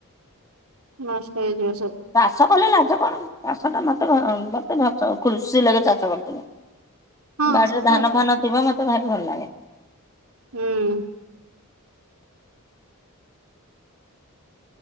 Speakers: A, on the right (about 75°); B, on the left (about 15°).
A: ନଷ୍ଟ ହେଇଯିବ ସବୁ।
B: ଚାଷ କଲେ ଲାଜ କଣ? ଚାଷଟା ମୋତେ ଭ ମତେ ଭସ ଖୁସି ଲାଗେ ଚାଷ କରିଥିଲେ।
A: ହଁ
B: ବାଡିରେ
A: ସତ
B: ଧାନ
A: କଥା।
B: ଫାନ ଥିବ, ମତେ ଭାରି ଭଲ ଲାଗେ।
A: ହୁଁ।